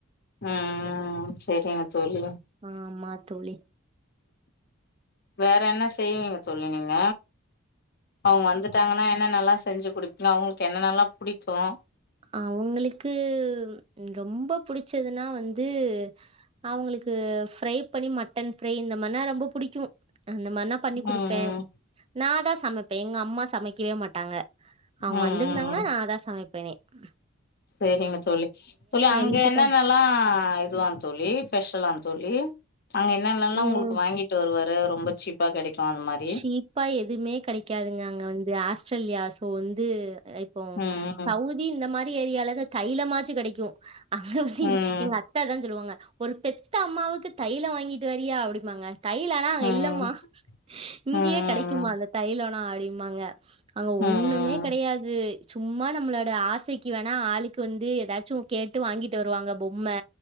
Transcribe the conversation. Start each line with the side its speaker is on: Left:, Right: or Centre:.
Left: ம் ம் செரிங்க தோழி
Right: ஆமா தோழி.
Left: வேற என்ன செய்விங்க தோலி நீங்க அவுங்க வந்துடாங்கனா என்ன நல்ல செஞ்சி குடுப்பிங் இங்க அவுங்ளுக் என்னன்னல்லா புடிக்கும்
Right: அவுங்ளுக்கு ரொம்ப புடிச்சதுன்னா வந்து அவுங்ளுக்கு ஃப்ரை பண்ணி மட்டன் ஃப்ரை இந்தமார்னா ரொம்ப புடிக்கும் அந்த மாரினா பண்ணி
Left: ம் ம்
Right: குடுப்ப நா தா சமைப்பே எங்கம் அம்மா சமைக்கவே மாட்டாங்க அவுங்க
Left: ம் ம்
Right: வந்திருந்தாங்கன்னா
Left: ம்
Right: நா தா சமைப் தெரியும் ம்
Left: சேரிங்க தோழி இல்ல அங்க
Right: வீட்டுக்கார்
Left: என்னன்னல்லாம் யுவான் தோழி ஃபெஷ்லான் தோழி அங்க என்னனென்னலாம்
Right: ம்
Left: உங்களுக்கு வாங்கிட்டு வருவாரு எல்லாம் ரொம்ப சீப்பா கெடைக்கு அந்த மாரி
Right: சீப்பா எதுவுமே கெடைக்காதுங்க அங்க வந்து ஆஸ் திரேலியா சூழ்ந்து இப்போ
Left: ம்
Right: சவுதி இந்த மா ரி ஏரியால தான் தையல மா ச்சி கெடைக்கும் <unintelligible>
Left: ம்
Right: எங்க அத்ததான் சொல்லுவாங்க ஒரு பெத்த அம்மாவுக்கு தையிலம் வாங்கிட்டு வரியா அப்டிபம்பாங்க தையிலலா அங்க
Left: ம்
Right: இல்லம்மா இங்கேயே
Left: ம்
Right: கெடைக்குமா அந்த தையிலலா அப்டின்பாங்க அங்க
Left: ம் ம்
Right: ஒன்னுமே கெடையாது ஏ சும்மா நம்மளோட ஆசைக்கு வேணா ஆளுக்கு வந்து எதாச்சும் கேட்டு வாங்கிட்டு வருவாங்க போயி ம் ம